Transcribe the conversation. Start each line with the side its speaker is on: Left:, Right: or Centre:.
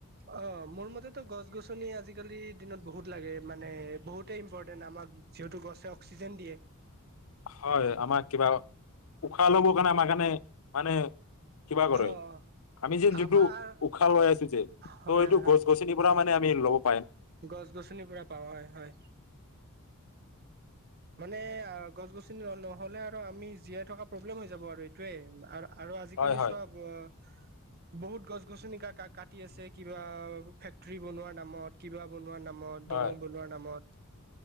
Right: অ মোৰ মতেতো গছ গছ ু আজি আজিকালি দিনত বহুত লাগে মানে বহুতেই ইম্পৰ্টেণ্ট আমাক যিহেতু গছে অক্সিজেন দিয়ে
Left: হয় আমাক কিবা উশাহ ল'বৰ কাৰণে আমাৰ কাৰণে মানে কিবা
Right: অ
Left: কৰে
Right: অ
Left: আমি যেন যিটো
Right: আমাৰ
Left: উশাহ লৈ আছো যেন
Right: হয়
Left: ত সটো
Right: হয় হয়
Left: গছ গছনিৰ পৰা মানে আম লগত
Right: গছ গছনিৰ পৰাু পাওঁ হয় হয় মানে অ গছ গছনি নহলে আৰু আমি জীয়াই থকা প্ৰব্লেম হৈ যাব আৰু এইটোয়ে আৰু আজিকালি
Left: হয় হয়
Right: চোৱা বহুত গছ গছনিিকা কাটি আছে কিবা ফেক্টৰী বনোৱাৰ নামত কিবা বনোৱা নাম নামত
Left: হয়
Right: দলং বলোৱাৰ নামত